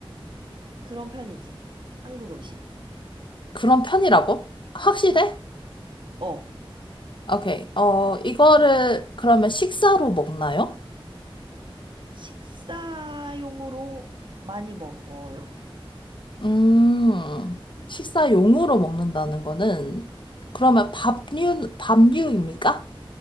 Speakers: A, on the right; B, on the left.
A: 그런 편이지. 한국 음식.
B: 그런 편이라고? 확실해?
A: 어,
B: 오케이. 어, 이거를 그러면 식사로 먹나요?
A: 식사용으로 많이 먹어요.
B: 음, 식사용으로 먹는다는 거는 그러면 밥류, 밥류입니까?